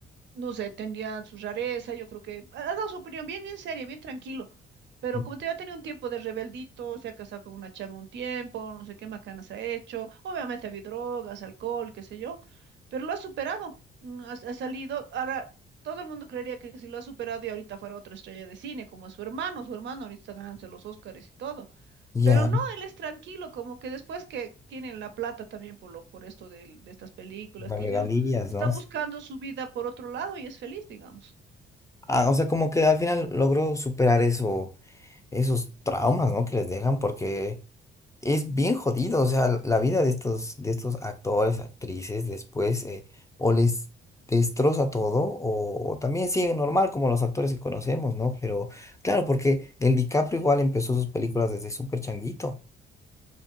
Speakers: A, on the right; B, on the left.
A: no sé, tendría su rareza, yo creo que ha dado su opinión bien, bien seria, bien tranquilo. Pero
B: Ya,
A: como te digo, ha tenido un tiempo de rebeldito, se ha casado con una changa un tiempo, no sé qué macanas ha hecho. Obviamente ha habido drogas, alcohol, qué sé yo, pero lo ha superado, mm, ha, ha salido. Ahora, todo el mundo creería que si lo ha superado y ahorita fuera otra estrella de cine, como su hermano, su hermano ahorita está ganándose los Oscars y todo.
B: Ya,
A: Pero no, él es tranquilo, como que después que tienen la plata también por lo, por esto del- de, estas películas
B: las
A: que
B: regalías,
A: hizo, está
B: ¿no?
A: buscando
B: Sí.
A: su vida por otro lado y es feliz, digamos.
B: Ah, o sea, como que al final logró superar eso, esos traumas, ¿no? Que les dejan, porque Es bien jodido, o sea, la vida de estos, de estos actores, actrices, después eh, o les destroza todo o, o también siguen normal como los actores que conocemos, ¿no? Pero claro, porque el DiCaprio igual empezó sus películas desde súper changuito.